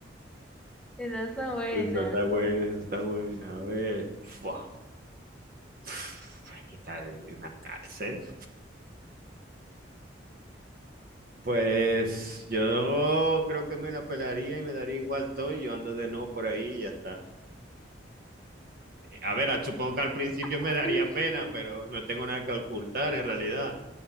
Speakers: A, in the centre; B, on the right.
A: Esa está buena.
B: Esa está buena, esa está buena. A ver. Fua. Uf, Hay que estar en la cárcel. Pues yo creo que me la pelaría y me daría igual todo y yo ando de nuevo por ahí y ya está. A ver, supongo que al principio me
A: <laughs>
B: daría pena, pero no tengo nada que ocultar en realidad.